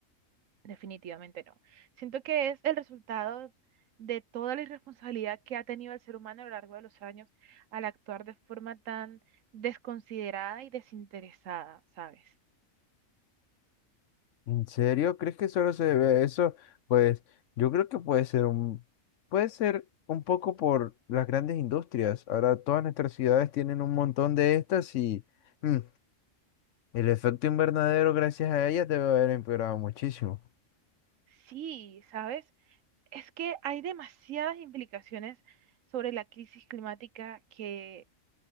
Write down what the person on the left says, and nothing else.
¿En serio? ¿Crees que solo se debe a eso? Pues yo creo que puede ser un, puede ser un poco por las grandes industrias. Ahora todas nuestras ciudades tienen un montón de estas y mm, El efecto invernadero, gracias a ella, debe haber empeorado muchísimo.